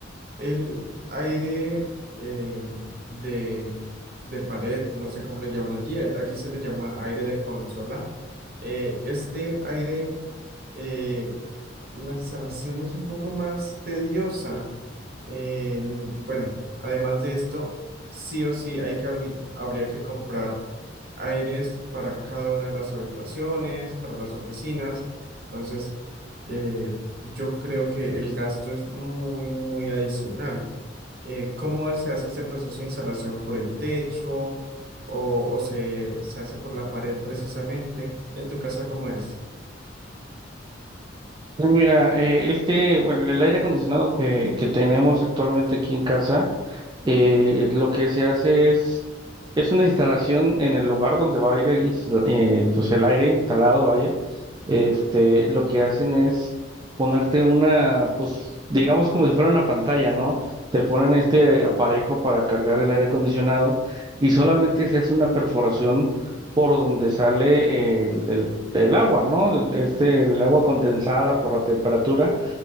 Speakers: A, on the right (about 50°); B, on the right (about 25°).
A: El aire eh, de, de pared, no sé cómo le llaman allí, a- aquí se le llama aire de consola. Eh, este aire eh, la instalación es un poco más tediosa. eh, en- bueno, además de esto, sí o sí hay que habli- habría que comprar aires para cada una de las habitaciones, para las oficinas. Entonces, eh, yo creo que el gasto es muy, muy adicional. Eh, ¿cómo se hace este proceso de instalación? ¿Por el techo o, o se, se hace por la pared precisamente? ¿En tu casa cómo es?
B: Sí, Mira, eh, este, bueno, el aire acondicionado que, que tenemos actualmente aquí en casa, eh, lo que se hace es, es una instalación en el lugar donde va a ir insta- eh, pues el aire instalado, vaya este, lo que hacen es ponerte una, pues, digamos como si fuera una pantalla, ¿no? Te ponen este aparejo para cargar el aire acondicionado y solamente se hace una perforación por donde sale el, el- el agua, ¿no? El- Este, el agua condensada por la temperatura.